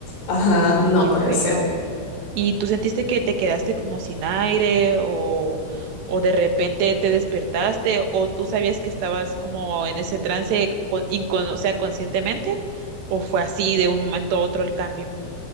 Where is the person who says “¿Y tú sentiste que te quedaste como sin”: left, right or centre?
Right